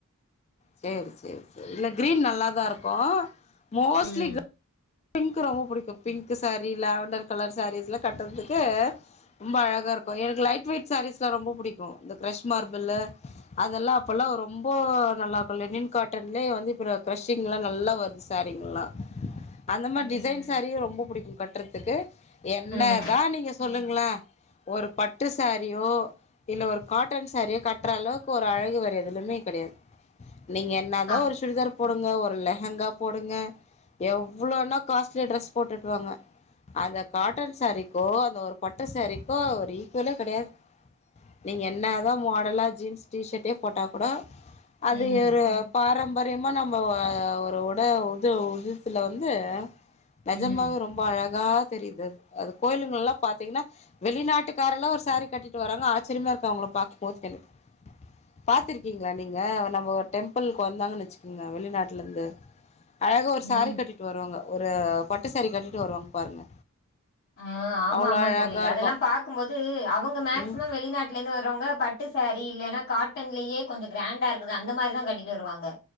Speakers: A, on the left (about 30°); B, on the left (about 50°).
A: சேரி சேரி சேரி இல்ல கிரீன் நல்லாதா இருக்கு மோஸ்ட்லி
B: ம்
A: பிங்க் ரொம்ப படிக்கும் pink sari lavender colour saris எல்லாம் கட்டுறதுக்கு ரொம்ப அழகா இருக்கும் எனக்கு லைட் வெயிட் சாரீஸ் எல்லாம் ரொம்ப பிடிக்கும் இந்த கிரஷ் மார்பில்ல அதெல்லாம் அப்பல்லாம் ரொம்ப நல்லா இருக்கும் லெனின் காட்டன்லயே வந்து இப்புறம் கிரஷிங் எல்லாம் நல்லா வருது சாரீங்கல்லாம் அந்த மாதிரி
B: ம்
A: டிைன் சாரி ரொம்ப புடிக் கட்டுறதுக்கு என்னதான்
B: ம் ம்
A: நீங்க சொல்லுங்களா ஒரு பட்டு சாரியோ இல்ல ஒரு காட்டன் சாரியோ கட்டுற அளவுக்கு ஒரு அழகு வேர எதுலயுமே கிடையாது நீங்க என்னாதான்
B: ஆ
A: ஒரு சுடிதார் போடுங்க ஒருர்ல ஹங்கா போடுங்க எவ் இவ்வளோனா காஸ்ட்லி ட்ரெஸ் போட்டுட்டு வாாங்க அந்த காட்டன் சாரிக்கோ அந்த ஒரு பட்டுை சாரிக்கோ ஒரு ஈக்குவலே கெடையாது நீங்கள் என்னதா மாடலா ஜீன்ஸ் டீஷர்ட்டே போட்டால் கூட அது
B: ம்
A: ஒரு பாரம் ம்பரியமா நம்ம ஒரு உட உத உதத்துல வந்து நெஜமாவே
B: ம்
A: ரொம்ப அழகா அகா தெரியு அது அது கோயிலுங்க எல்லாம் பாத்தீங்கன்னா வெளிநாட்டுக்காரல எல்லாம் ஒரு சாரி கட்டிட்டு வராாங்க ஆச்சரியமா இருக்க அவங்கள பாார்க்கும் போது க பாத்துருக்கீங்க நீங்க நம்ம டெம்பிளக்கு வந்தாங்கன்னு வச்சுக்கோங்க வெளிநாட்டுல இருந்து அழக ஒரு சாரி
B: ம்
A: கட்டிட்டு ஒரு பட்டுசாரி கட்டிட்டு வருவாங்க பாருங்க
B: ஆஹ் ஆமா
A: அவ்வளோ
B: ஆமா
A: அழகா
B: தொழி
A: இருக்கும்
B: அதெல்லாம் பாார்க்கும்போது அவங்க மேக்சிமம்
A: ம்
B: வெளிநாட்டுல இருந்து வர்றவங்க பட்டு சாரி இல்லைன்னா கா ட்டன்லயே கொஞ்சோ கிராண்டா இருக்கு அந்த மாரி தான் கட்டிட்டு வருவாங்க